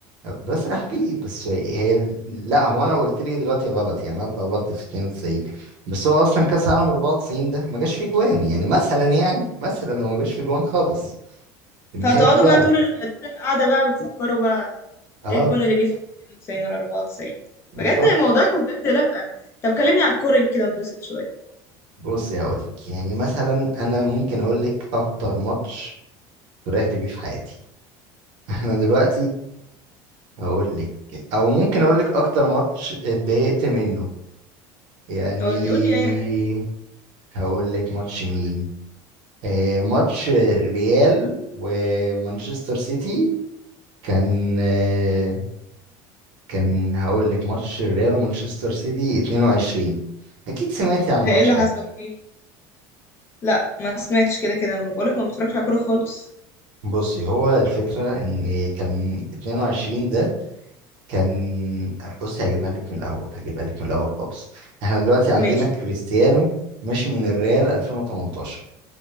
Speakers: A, on the right (about 55°); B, on the left (about 25°).
A: بسرح بيه بس هي لا هو انا قلت لي دلوقتي غلط يعني انا اتلخبطت في 92 بس هو اصلا كاس عالم 94 ده ما جاش فيه جوان يعني مثلا يعني مثلا هو ما جاش فيه جوان خالص النهائي
B: فهتقعدوا
A: بتاعه
B: بقى طول ال... طول القعدة بقى بتفكروا بقى
A: اه
B: ايه الجون اللي جه في 92 ولا 94
A: بالظبط
B: بجد موضوعكم بجد لأ طب كلمني على الكورة يمكن اتبسط شوية
A: بص يا اقول لك يعني مثلا انا ممكن اقول لك اكتر ماتش فرحت بيه في حياتي <laughs> احنا دلوقتي هقول لك او ممكن اقول لك اكتر ماتش اتضايقت منه يعني
B: قول لي قول لي اي حاجة
A: هقول لك ماتش مين آه، ماتش الريال ومانشستر سيتي كان آه، كان هقول لك ماتش الريال ومانشستر سيتي 22 اكيد سمعتي عن
B: ده
A: الماتش
B: ايه اللي
A: ده
B: حصل فيه لا ما سمعتش كده كده ما بقولك ما بتفرجش على كورة خالص
A: بصي هو الفكرة ان كان 22 ده كان بصي هجيبها لك من الاول هجيبها لك من الاول خالص احنا دلوقتي عندنا
B: ماشي
A: كريستيانو ماشي من الريال 2018